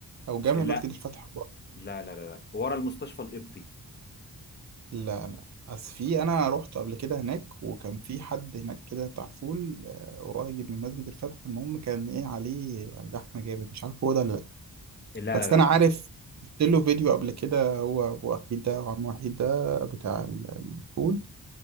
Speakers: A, on the right (about 45°); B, on the left (about 30°).
A: او جامع
B: لا
A: مسجد الفتح
B: لا لا لا لا. ورا المستشفى القبطي
A: لا لا بس في انا رحت قبل كده هناك وكان في حد هناك كده بتاع فول آه، قريب من مسجد الفتح المهم كان ايه عليه زحمه جامد مش عارف هو ده ولا لا
B: لا
A: بس
B: لا لا
A: انا عارف شفت له فيديو قبل كده هو أبو وحيد ده وعم وحيد ده بتاع ال- الفول